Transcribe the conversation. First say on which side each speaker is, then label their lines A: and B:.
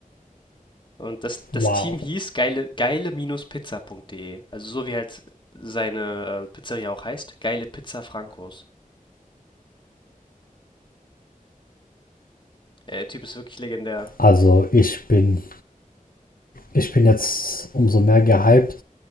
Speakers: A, on the left; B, on the left.
A: Und das, das
B: wow.
A: Team hieß geile, geile-pizza.de. Also so wie halt seine äh, Pizzeria auch heißt, Geile Pizza Frankos. Ja, der Typ ist wirklich legendär.
B: Also ich bin, ich bin jetzt umso mehr gehypt